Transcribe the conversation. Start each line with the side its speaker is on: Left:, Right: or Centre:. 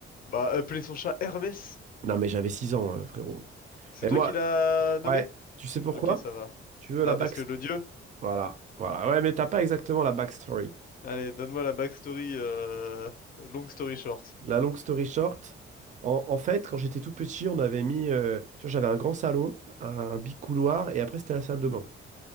Left: Bah, appelez son chat Hermès.
Right: Non, mais j'avais 6 ans, euh, frérot.
Left: C'est
Right: Et
Left: toi
Right: moi,
Left: qui l'as nommé?
Right: ouais, tu sais pourquoi?
Left: Ok, ça va.
Right: Tu veux
Left: Bah
Right: la backstory.
Left: parce que le dieu.
Right: Voilà, voilà. Ouais, mais t'as pas exactement la backstory.
Left: Allez, donne-moi la backstory, euh... long story short.
Right: La long story short, en, en fait, quand j'étais tout petit, on avait mis. euh, tu vois, j'avais un grand salon, un big couloir, et après, c'était la salle de bain.